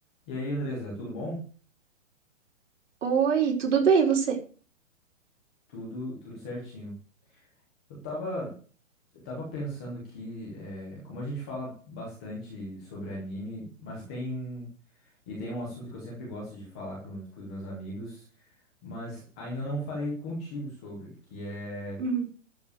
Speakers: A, in the centre; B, on the right.
A: E aí, Andresa, tudo bom?
B: Oi, tudo bem, e você?
A: Tudo, tudo certinho. Eu tava, eu tava pensando aqui, eh, como a gente fala bastante sobre anime, mas tem, e tem um assunto que eu sempre gosto de falar com, com os meus amigos, mas ainda não falei contigo sobre, que é,
B: Uhum,